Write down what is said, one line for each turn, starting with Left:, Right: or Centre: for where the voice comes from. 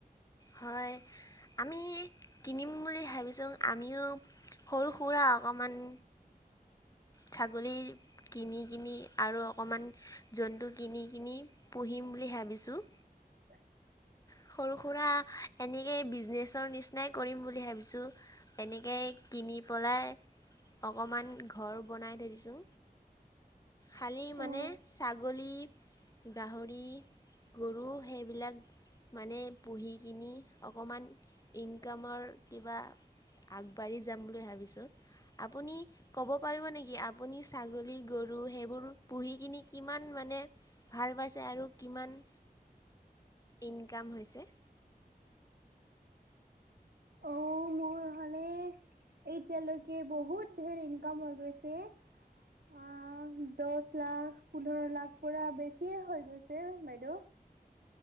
Left: হয়। আমি কিনিম বুলি ভাবিছোঁ, আমিও সৰু সুৰা অকণমান ছাগলীৰ কিনিগিনি আৰু অকণমান জন্তু কিনিগিনি পুঁহিম বুলি ভাবিছোঁ।
Right: ব <unintelligible>
Left: সৰু সুৰা এনেকেই বিজনেছৰ নিচিনাই কৰিম বুলি ভাবিছোঁ। এনেকেই কিনি পলাই অকণমান ঘৰ বনাই থৈ দিছোঁ। খালী
Right: অ
Left: মানে ছাগলী, গাহৰি গৰু সেইবিলাক মানে পুহি কিনি অকণমান ইনকামৰ কিবা আগবাঢ়ি যাম বুলি ভাবিছোঁ। আপুনি ক'ব পাৰিব নেক <inaudible> আপুনি ছাগলী, গৰু সেইবোৰ পুহি কিনি কিমান মানে ভাল পাইছে আৰু কিমান, ইনকাম হৈছে।
Right: অ' মোৰ হ'লে এতিয়ালৈকে বহুত ধেৰ ইনকাম হৈ গৈছে। অ' দহ লাখ, পোন্ধৰ লাখ পৰা বেছিয়ে হৈ গৈছে বাইদেউ।